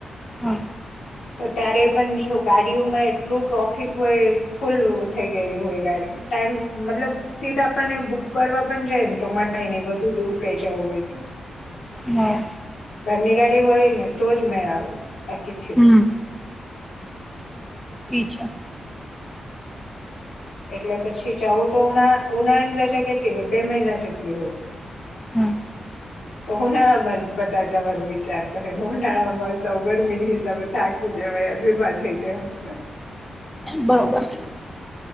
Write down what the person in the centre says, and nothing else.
હા
હા.
હમ અચ્છા.
હમ
બરોબર છે